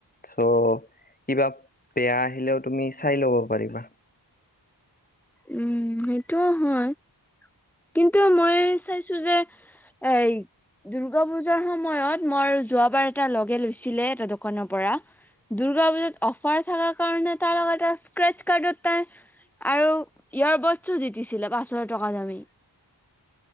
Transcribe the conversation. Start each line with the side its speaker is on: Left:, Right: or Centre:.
Left: চ' কিবা বেয়া আহিলেও তুমি চাই ল'ব পাৰিবা।
Centre: উম সেইটোও হয়। কিন্তু মই চাইছোঁ যে এই দূৰ্গা পূজা সময়ত, মই যোৱ বাৰ, এটা লগে লৈছিলে, এটা দোকানৰ পৰা। দূৰ্গা পুজাত অফাৰ থকাৰ কাৰণে তাৰ লগত এটা স্ক্ৰেছ কাৰ্ড, তাই, আৰু ইয়াৰবাডছো দি দিছিলে পচ হাজাৰ টকা দামি।